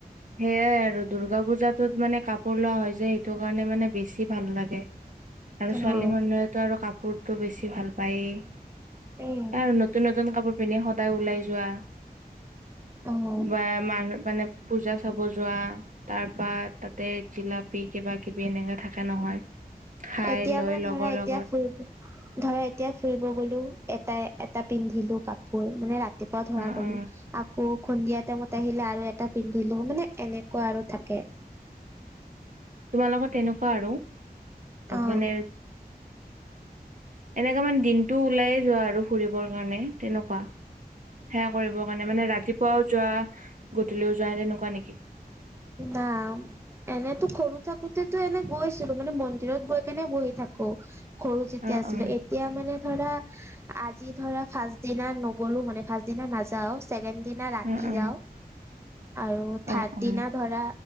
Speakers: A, on the right; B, on the right.
A: সেয়াই আৰু দুৰ্গা পূজাতটোত মানে কাপোৰ লোৱা হয় যে সেইটো কাৰণে মানে বেছি ভাল লাগে। আৰু ছোৱালী
B: অ
A: মানুহেতো আৰু কাপোৰটো বেছি ভাল পায়েই।
B: উম
A: আৰু নতুন নতুন কাপোৰ পিন্ধি সদায় ওলাই যোৱা।
B: অ
A: বা মান মানে পূজা চাব যোৱা। তাৰপা তাতে জিলাপি কিবা কিবি এনেকাে থাকে নহয়। খাই
B: এতিয়া
A: লৈ
B: মানে
A: লগৰ
B: ধৰা এতিয়া
A: লগত
B: ফুৰিব ধৰা এতিয়া ফুৰিব গলো এটাই এটা পিন্ধিলো কাপোৰ মানে ৰা ৰাতিপুৱা ধৰা
A: অ
B: গ'লো।
A: অ
B: বৰষুণ দিয়া টাইমত আহিলে আৰু এটা পিন্ধিলো মানে এনেকুৱা আৰু থাকে।
A: তোমালোকৰ তেনেকুৱা আৰু
B: অ
A: মানে। এনেককা মানে দিনটো ওলাইে যোৱা আৰু ফুৰিবৰ কাৰণে তেনেকুৱা। সেৱা কৰিব কাৰণে মানে ৰাতিপুৱাও যোৱা গধূলিও যোৱা তেনেকুৱা নেকি।
B: না। এনেতো সৰু থাকোতেতো এনে গৈছিলো মানে মন্দিৰত গৈ কেনে বহি থাকো। সৰু যেতিয়া
A: অ
B: আছিলো
A: অ
B: এতিয়া মানে ধৰা আজি ধৰা ফাৰ্ষ্ট দিনা নগলো মানে ফাৰ্ষ্ট দিনা নাযাওঁ, ছেকেণ্ড- দিনা ৰাতি
A: অ অ
B: যাওঁ, আৰু থাৰ্ড
A: অ অ
B: দিনা- ধৰা,